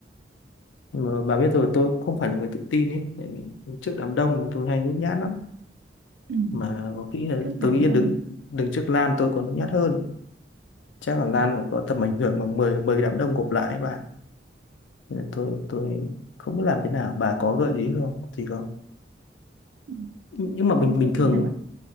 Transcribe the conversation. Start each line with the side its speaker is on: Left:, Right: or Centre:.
Left: mà bà biết rồi tôi không phải là người tự tin ấy trước đám đông tôi hay nhút nhát lắm
Right: ừ.
Left: mà có khi là
Right: rất
Left: tôi
Right: đám
Left: nghĩ là
Right: đông
Left: đứng đứng trước Lan tôi còn nhút nhát hơn chắc là Lan phải có tầm ảnh hưởng bằng 10 10 đám đông gộp lại ấy bà nên là tôi tôi không biết làm thế nào bà có gợi ý không gì không
Right: ừ.
Left: nhưng mà
Right: tôi
Left: bình
Right: thì
Left: bình
Right: tôi
Left: thường
Right: gợi ý là bạn